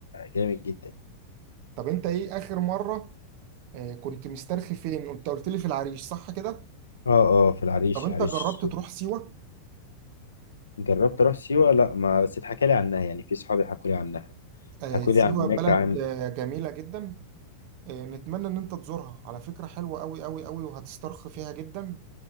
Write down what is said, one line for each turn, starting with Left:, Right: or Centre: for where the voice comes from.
Left: جامد جدا
Right: طب انت ايه آخر مرة آه كنت مسترخي فين انت قلت لي في العريش صح كده
Left: اه اه في العريش
Right: طب انت
Left: العريش
Right: جربت تروح سيوة
Left: جربت اروح سيوه لا ما بس اتحكى لي عنها يعني في صحابي حكوا لي عنها
Right: آه
Left: حكوا
Right: سيوة
Left: لي عن هناك
Right: بلد
Left: عن
Right: آه جميلة جدا آه، نتمنى ان انت تزورها على فكرة حلوة قوي قوي قوي وهتسترخي فيها جدا